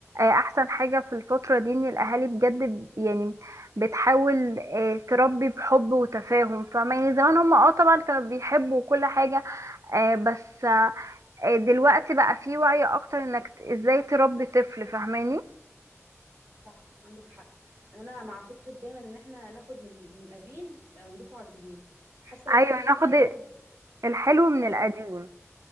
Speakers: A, on the right; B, on the right.
A: احسن حاجه في الفتره دي ان الاهالي بجد ب- يعني بتحاول آه، تربي بحب وتفاهم فما يعني زمان هم اه طبعا كانوا بيحبوا كل حاجه آه، بس آه، دلوقتي بقى فيه وعي اكتر انك ازاي تربي طفل فاهماني
B: صح عندك حق انا مع فكره دايما ان احنا ناخد من الج- من القديم آه، نضيفه على الجديد حاسه
A: ايوه
B: ان احنا
A: ناخد
B: مثلا ناخد
A: الحلو من
B: اه
A: القديم